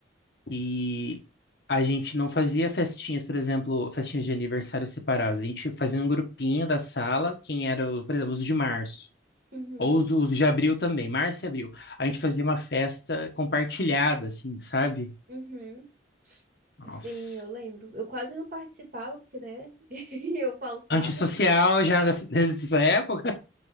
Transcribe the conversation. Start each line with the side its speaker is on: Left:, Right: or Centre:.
Left: que a gente não fazia festinhas, por exemplo, festinhas de aniversário separadas. A gente fazia um grupinho da sala, quem era, o- por exemplo, os de março.
Right: uhum,
Left: Ou os, os de abril também, março e abril. A gente fazia uma festa compartilhada, assim, sabe?
Right: uhum.
Left: Nossa.
Right: Sim, eu lembro. Eu quase não participava, porque, né? <laughs> Eu faltava.
Left: Antissocial já nessa nessa época.